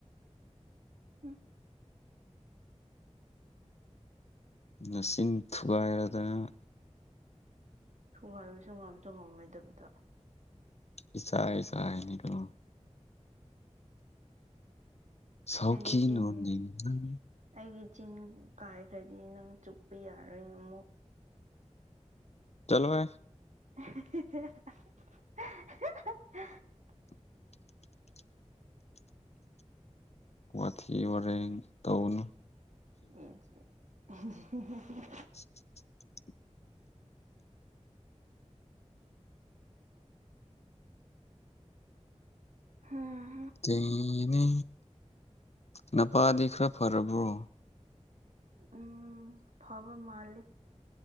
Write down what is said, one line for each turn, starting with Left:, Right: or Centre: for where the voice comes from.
Right: <unintelligible>
Left: ꯅꯆꯤꯟ ꯊꯨꯒꯥꯏꯔꯗꯅ
Right: ꯊꯨꯒꯥꯏꯕꯁꯨ ꯉꯝꯁꯨ ꯉꯝꯃꯣꯏꯗꯕꯗ
Left: ꯏꯆꯥꯏ ꯆꯥꯏꯅꯤꯗꯣ ꯁꯥꯎꯈꯤ
Right: ꯑꯩꯒꯤ ꯆꯤꯟꯅꯦ
Left: ꯅꯣꯅꯤꯡ ꯅꯪ
Right: ꯑꯩꯒꯤ ꯆꯤꯟ ꯀꯥꯏꯈ꯭ꯔꯗꯤ ꯅꯪ ꯆꯨꯞꯄꯤ ꯌꯥꯔꯣꯏ ꯑꯃꯨꯛ
Left: ꯆꯠꯂꯣꯍꯦ
Right: <unintelligible>
Left: <inaudible> ꯋꯥꯊꯤ ꯋꯥꯔꯦꯡ ꯇꯧꯅꯨ
Right: <unintelligible>
Left: <inaudible>
Right: ꯍꯝ
Left: ꯇꯦꯅꯦ ꯅꯄꯥꯗꯤ ꯈꯔ ꯐꯔꯕ꯭ꯔꯣ
Right: ꯎꯝ ꯐꯕ ꯃꯥꯜꯂꯦ